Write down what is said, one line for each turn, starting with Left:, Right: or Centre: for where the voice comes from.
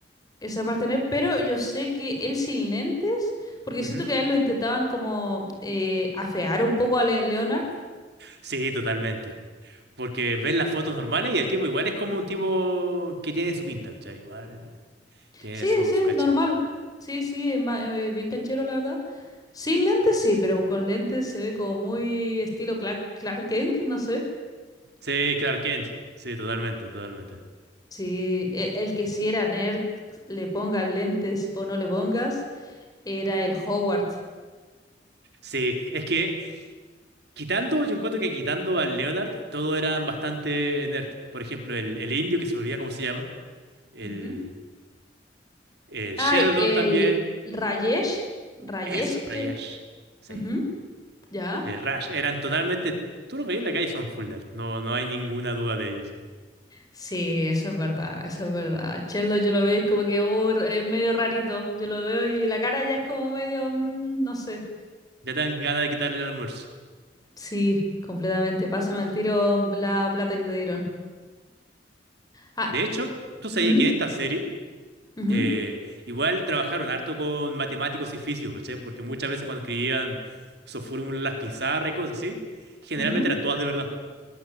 Left: esa parte nerd, pero yo sé que él sin lentes, porque
Right: Ujú.
Left: siento que a él lo intentaban como eh, afear un poco a Le- Leonard.
Right: Sí, totalmente. Porque ven las fotos normales y el tipo igual es como un tipo que tiene su pinta, ¿cachai? Igual tiene
Left: Sí,
Right: su,
Left: sí,
Right: su caché.
Left: normal. Sí, sí, es ma- eh, bien canchero, la verdad. Sin lentes sí, pero con lentes se ve como muy estilo Clark, Clark Kent, no sé.
Right: Sí, Clark Kent. Sí, totalmente, totalmente.
Left: Sí, el, el que si era nerd, le pongas lentes o no le pongas, era el Howard.
Right: Sí, es que quitando, yo encuentro que quitando al Leonard, todos eran bastante nerd. Por ejemplo, el, el indio, que se me olvida cómo se llama. El,
Left: Ujú.
Right: el
Left: Ay,
Right: Sheldon
Left: el
Right: también.
Left: Rayesh. Rayesh,
Right: Eso, Rayesh.
Left: che.
Right: Sí.
Left: Ujú, ¿Ya?
Right: el Rush eran totalmente. Tú lo veías en la calle, son full nerd. No, no hay ninguna duda de ellos.
Left: Sí, eso es verdad, eso es verdad. Chelo, yo lo veo y es como que oh, es medio rarito. Yo lo veo y la cara ya es como medio, mm, no sé.
Right: Ya te dan ganas de quitarle el almuerzo.
Left: Sí, completamente. Pásame al tiro mm, la plata que te dieron. Ah,
Right: De hecho, tú sabías
Left: ¿mm?
Right: que en esta serie,
Left: Ujú,
Right: eh, igual trabajaron harto con matemáticos y físicos, ¿cachai? Porque muchas veces cuando escribían sus fórmulas, en las pizarras y cosas así, generalmente
Left: ujú.
Right: eran todas de verdad.